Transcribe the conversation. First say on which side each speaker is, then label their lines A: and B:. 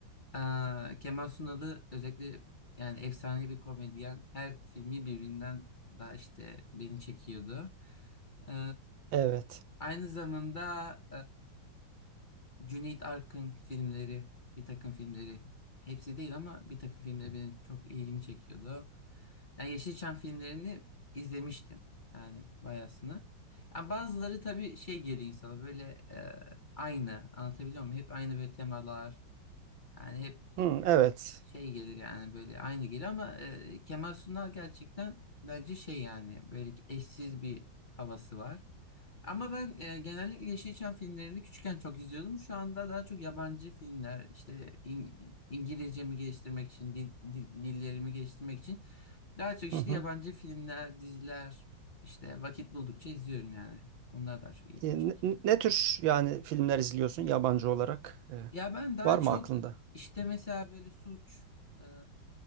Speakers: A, on the left; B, on the right.
A: Ee, Kemal Sunal'ı özellikle yani efsane bir komedyen. Her filmi birbirinden daha işte beni çekiyordu. Ee,
B: Evet.
A: aynı zamanda e, Cüneyt Arkın filmleri, bir takım filmleri. Hepsi değil ama bir takım filmleri benim çok ilgimi çekiyordu. Yani Yeşilçam filmlerini izlemiştim. Yani bayasını. Yani bazıları tabii şey geliyor insana böyle e, aynı anlatabiliyor muyum? Hep aynı böyle temalar. Yani hep
B: Hı, evet.
A: şey gelir yani böyle aynı gelir ama e, Kemal Sunal gerçekten bence şey yani böyle ki eşsiz bir havası var. Ama ben e, genellikle Yeşilçam filmlerini küçükken çok izliyordum. Şu anda daha çok yabancı filmler işte İng- İngilizcemi geliştirmek için, dil, dil- dillerimi geliştirmek için daha çok işte
B: Hı hı.
A: yabancı filmler, diziler işte vakit buldukça izliyorum yani. Onlar daha çok ilgimi
B: E,
A: çekiyor.
B: ne, ne tür yani filmler izliyorsun yabancı olarak? E,
A: Ya ben daha
B: var mı
A: çok
B: aklında?
A: işte mesela böyle suç e,